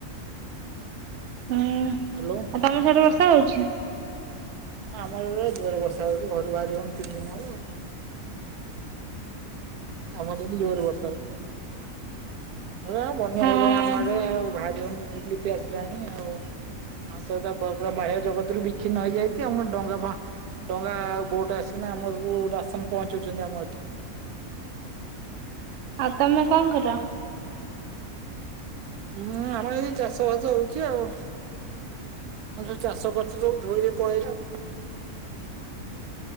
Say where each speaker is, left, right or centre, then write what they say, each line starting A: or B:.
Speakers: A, on the right (about 60°); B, on the right (about 85°).
A: ହୁଁ।
B: ହାଲୋ।
A: ତମେ ସେୟାଡୁ ବର୍ଷା ହଉଚି?
B: ହଁ ଆମର ଜୋରେ ବର୍ଷା ହଉଛି ଘରୁ ବାହାରି ହନି ତିନି ଦିନି ହବ। ଆମର ଏଠି ଜୋର ବର୍ଷା ହଉଚି। ହେ ବନ୍ୟା
A: ହଁ
B: ହେଇଗଲାଣି ଆମ ଆଡେ ଆଉ ଭାରିହଉନି ରିଲିପି ଆସିଲାଣି ଆଉ ହଁ ସେରା ପ ପୁରା ବାହ୍ୟ ଜଗତରୁ ବିିକ୍ଛିନ୍ନ ହେଇଯାଇ ଆମର ଡଙ୍ଗା ବା ଡଙ୍ଗା ଆଉ ବୋଟ ଆସିକିନା ଆମ ସବୁ ରାସନ ପହଞ୍ଚଉଚନ୍ତି ଆମ ଏଠି।
A: ହାତ ନା କଣ କର?
B: ହୁଁ ଆମର ଏଇ ଚାଷବାସ ହଉଚି ଆଉ। ମୁଁ ଯୋଉ ଚାଷ କରିଥିଲୁ ଧୋଇରେ ପଳେଇଲା।